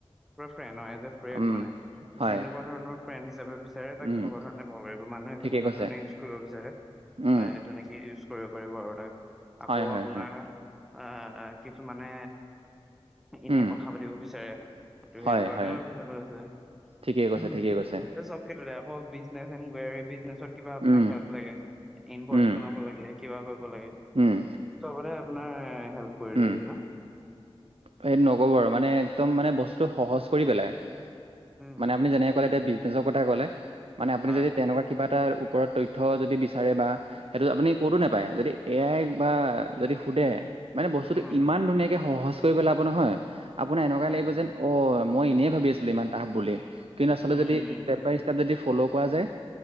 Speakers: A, in the centre; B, on the right.
A: পুৰা ফ্ৰেণ্ড এ, এ ফ্ৰেণ্ড
B: উম,
A: মানে।
B: হয়,
A: যেনেকুৱা ধৰণৰ ফ্ৰেণ্ড হিচাপে বিচাৰে তাক
B: উম,
A: তেনেকুৱা ধৰণে কব পাৰি। মানুহে
B: ঠিকে
A: যেনেকুৱা
B: কৈছে,
A: ধৰণে ইউচ্ কৰিব বিচাৰে,
B: উম,
A: মানে তেনেকৈ ইউচ কৰিব পাৰিব। আৰু তাক আকৌ
B: হয়, হয়,
A: আপোনাৰ
B: হয়,
A: আহ কিছুমানে এনেই
B: উম,
A: কথা পাতিব বিচাৰে সটো
B: হয়,
A: সেইটো কাৰণেও
B: হয়,
A: এভেইলেবল আছে।
B: ঠিকেই কৈছে,
A: উম,
B: ঠিকেই কৈছে,
A: চব ক্ষেত্ৰতে। আকৌ বিজনেজ এনে কিবা আপোনাক
B: উম,
A: হেল্প লাগে, ইনভইচ
B: উম,
A: বনাব লাগে কিবা কৰিব লাগে।
B: উম,
A: পোৰা হেল্প কৰি
B: উম,
A: দিয়েহি ন।
B: সেইটো নকব, আৰু মানে একদম মানে বস্তুতটো সহজ কৰি পেলাই।
A: উম
B: মানে আপুনি যেনেকে
A: হয়
B: ক'লে এতিয়া বিজনেচৰ কথা ক'লে। মানে আপুনি
A: হয়
B: যদি
A: হয়
B: তেনেকুৱা কিবা এটা ওপৰত তথ্য যদি বিচাৰে বা সেইটো আপুনি ক'তো নাপায়। যদি এ আই বা যদি সোধে মানে বস্তুতটো
A: উম
B: ইমান
A: উম
B: ধুনীয়াকে সহজ কৰি পেলাব নহয়। আপোনাৰ এনেকুৱা
A: হয়
B: লাগিব
A: হয়
B: যেন অ মই এনেই ভাবি আছিলো ইমান টাফ বুলি। কিন্তু আচলতে
A: উম
B: যদি
A: উম
B: ষ্টেপ
A: উম
B: বাই ষ্টেপ যদি ফ'ল' কৰা যায়।